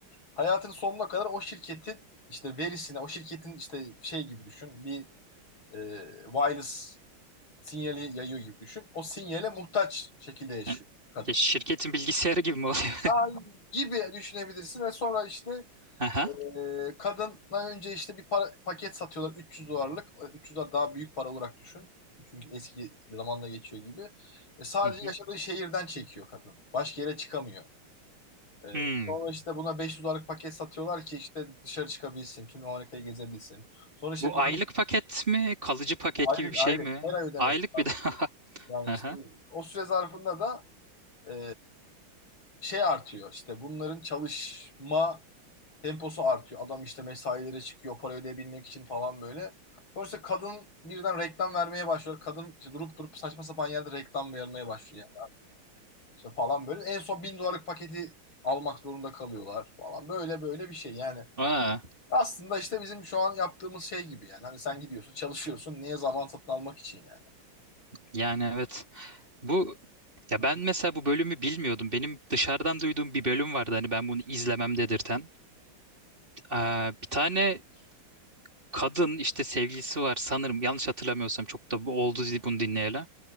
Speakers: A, on the left; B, on the right.
A: Hayatının sonuna kadar o şirketin işte verisine, o şirketin işte şey gibi düşün. Bir e, wireless sinyali yayıyor gibi düşün. O sinyale muhtaç şekilde yaşıyor
B: Yani,
A: kadın.
B: ya şirketin bilgisayarı gibi mi oluyor?
A: Ay gibi düşünebilirsin ve sonra işte
B: <laughs> Aha.
A: Ee, kadına önce işte bir para, paket satıyorlar 300 dolarlık. 300 dolar daha büyük para olarak düşün. Çünkü eski zamanda geçiyor gibi. E, sadece
B: Hı hı.
A: yaşadığı şehirden çekiyor kadın. Başka yere çıkamıyor. E,
B: Hmm.
A: sonra işte buna 500 dolarlık paket satıyorlar ki işte dışarı çıkabilsin. Tüm Amerika'yı gezebilsin. Sonra işte
B: Bu
A: bir
B: aylık paket mi? Kalıcı paket
A: aylık
B: gibi bir şey
A: aylık
B: mi?
A: her ay ödemesi
B: Aylık
A: lazım.
B: bir daha. <laughs>
A: Yani
B: Aha.
A: işte o süre zarfında da e, şey artıyor. İşte bunların çalışma temposu artıyor. Adam işte mesailere çıkıyor para ödeyebilmek için falan böyle. Sonra işte kadın birden reklam vermeye başlıyor. Kadın işte durup durup saçma sapan yerde reklam vermeye başlıyor yani. İşte falan böyle. En son bin dolarlık paketi almak zorunda kalıyorlar falan. Böyle böyle bir şey yani.
B: Aa,
A: Aslında işte bizim şu an yaptığımız şey gibi yani. Hani sen gidiyorsun, çalışıyorsun. Niye zaman satın almak için yani?
B: yani evet. Bu ya
A: Hı
B: ben mesela bu bölümü bilmiyordum. Benim dışarıdan duyduğum bir bölüm vardı hani ben bunu izlemem dedirten. Aa, bir tane kadın işte sevgilisi var sanırım yanlış hatırlamıyorsam çok da bu oldu bunu dinleyeli.